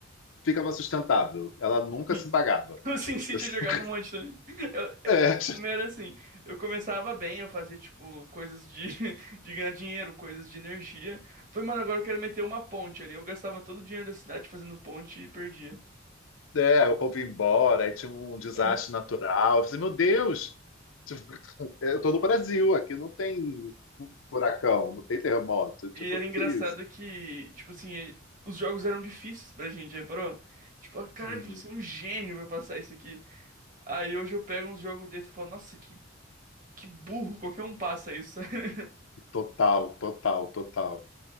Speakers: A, on the left (about 75°); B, on the right (about 40°).
A: ficava sustentável, ela nunca
B: <laughs>
A: se pagava.
B: No SimCity
A: Eu sempre-
B: eu jogava um monte também. Eu-
A: <laughs>
B: é,
A: é,
B: o meu era assim, eu começava bem, eu fazia, tipo, coisas de, <laughs> de ganhar dinheiro, coisas de energia. Falei, mano, agora eu quero meter uma ponte ali. Eu gastava todo o dinheiro da cidade fazendo ponte e perdia.
A: É, o povo ia embora, aí tinha um desastre
B: É.
A: natural. Eu falei, meu Deus, tipo, <laughs> eu tô no Brasil, aqui não tem furacão, não tem terremoto. Tipo,
B: E era engraçado
A: que isso?
B: que, tipo assim, os jogos eram difíceis pra gente, reparou? Tipo, ah, cara,
A: Uhum.
B: tem que ser um gênio pra passar isso aqui. Aí hoje eu pego uns jogos desse e falo, nossa, que, que burro, qualquer um passa isso. <laughs>
A: Total, total, total.